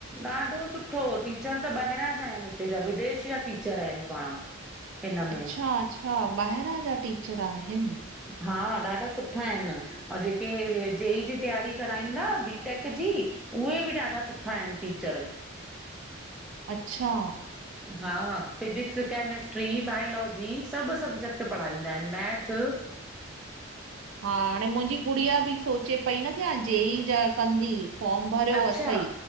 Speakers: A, in the centre; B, on the right.
A: ॾाढो सुठो, टीचर त ॿाहिरां जा आहिनि हिते जा विदेश जा टीचर आहिनि पाण, हिन में
B: अच्छा- अच्छा ॿाहिरां जा टीचर आहिनि,
A: हा, ॾाढा सुठा आहिनि। अउं जेके हे, जे ई जी तैयारी कराईंदा बीटेक जी, उहे बि ॾाढा सुठा आहिनि, टीचर।
B: अच्छा,
A: हा, फिजिक्स, कैमेिस्ट्री, बायोलॉजी सभु सब्जेक्ट पढ़ाईंदा आहिनि, मैथ
B: हा, हाणे मुंहिंजी गुड़िया बि सोचे पई न की हाणे जे ई जा कंदी। फॉम भरियो
A: अच्छा
B: अथई